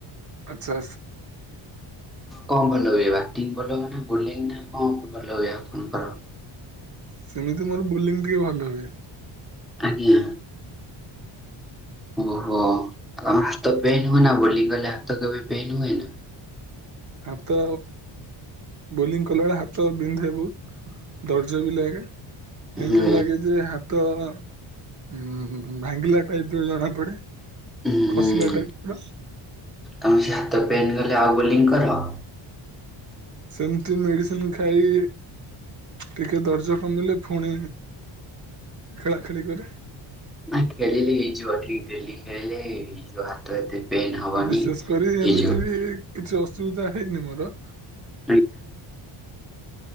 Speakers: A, on the right; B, in the centre.
A: ଆଚ୍ଛା।
B: କଣ ଭଲ ହୁଏ ବ୍ୟାଟିଙ୍ଗ ଭଲ ହୁଏ ନା ବୋଲିଙ୍ଗ୍ ନା କଣ ଭଲ ହୁଏ ଆପଣଙ୍କର?
A: ସେମିତି ମୋର ବୋଲିଂ ଟିକେ ଭଲ ହଏ।
B: ଆଜ୍ଞା। ଓହୋ ତମ ହାତ ପେନ୍ ହୁଏନା ବୋଲିଂ କଲେ ହାତ କେବେ ପେନ୍ ହୁଏ ନା?
A: ହାତ ବୋଲିଂ କଲାବଳେ ହାତ ବିନ୍ଧେ ବହୁତ ଦରଜ୍ ବିି ଲାଗେ।
B: ହୁଁ
A: ଏମିତି ଲାଗେ ଯେ ହାତ ଉ ଭାଙ୍ଗିଲା ଟାଇପର ଜଣା ପଡେ।
B: ହୁଁ
A: ଖସିଲା
B: ହୁଁ
A: ଟାଇପ ର
B: ତମେ ସେ ହାତ ପେନ୍ ଗଲେ ଆଉ ବୋଲିଂ କର?
A: ସେମିତି ମେଡିସିନ ଖାଇ ଟିକେ ଦରଜ କମିଲେ ପୁଣି ଖେଳା ଖେଳି କରେ।
B: ନା ଖେଳିଲେ ହେଇଯିବ ଠିକ ଡେଲି ଖେଳିଲେ ହେଇଯିବ ହାତ ଏତେ ପେନ୍ ହବନି।
A: ଆ ବିଶେଷ କରି
B: ହେଇଯିବ
A: ଏମିତି ବି କିଛି ଅସୁବିଧା ହେଇନି ମୋର
B: <unintelligible>